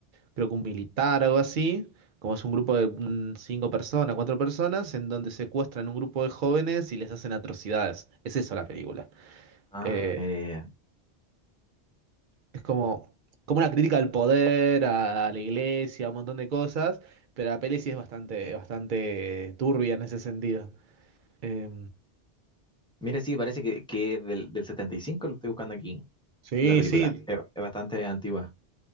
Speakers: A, on the right (about 60°); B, in the centre.
A: creo que un militar, algo así, como es un grupo de mm, cinco personas, cuatro personas, en donde secuestran un grupo de jóvenes y les hacen atrocidades. Es eso la película.
B: Ah,
A: Eh,
B: eh,
A: Es como, como una crítica al poder, a, a la iglesia, a un montón de cosas, pero la peli sí es bastante, bastante turbia en ese sentido. Eh,
B: mira, sí, parece que, que es del, del setenta y cinco lo estoy buscando aquí,
A: sí,
B: la película.
A: sí.
B: Es, es bastante antigua.